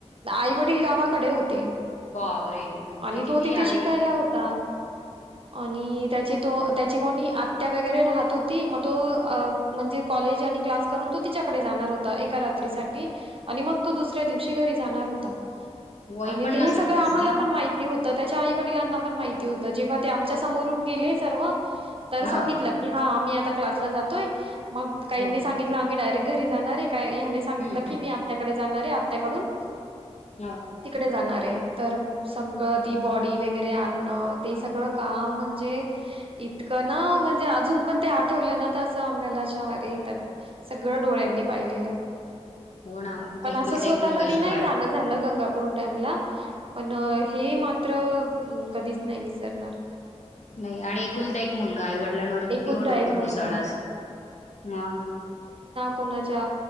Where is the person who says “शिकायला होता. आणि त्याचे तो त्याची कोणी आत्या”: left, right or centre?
Right